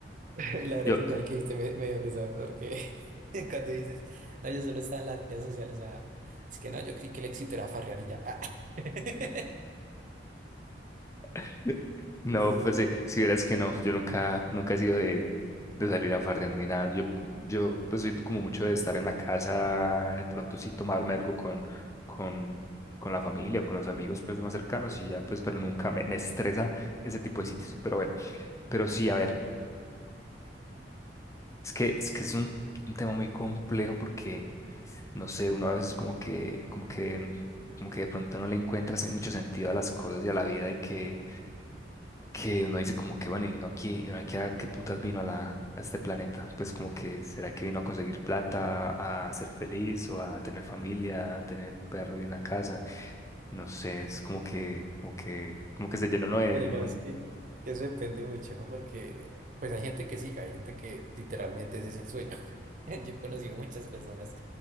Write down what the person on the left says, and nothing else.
yo,
<laughs> No,
pues
eh, si verás que no, yo nunca, nunca he sido de, de salir a farrear ni nada. Yo, yo pues soy como mucho de estar en la casa, de pronto sí tomarme algo con, con, con la familia, con los amigos pues más cercanos y ya, pues, pero nunca me, me estresa ese tipo de sitios. Pero bueno, pero sí, a ver, es que es que es un, un tema muy complejo porque, no sé, uno a veces como que, como que, como que de pronto no le encuentras mucho sentido a las cosas y a la vida y que que uno dice como que bueno, y uno aquí, y uno aquí a qué putas vino a la, a este planeta, pues como que será que vino a conseguir plata, a ser feliz o a tener familia, a tener un perro y una casa, no sé, es como que, como que, como que se llenó uno de,
de
un montón,